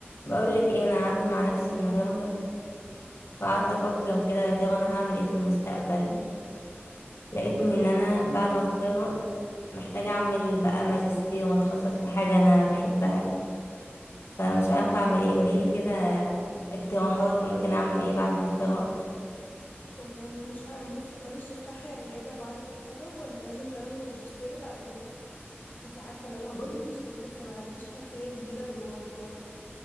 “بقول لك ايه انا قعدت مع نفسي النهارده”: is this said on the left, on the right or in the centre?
Left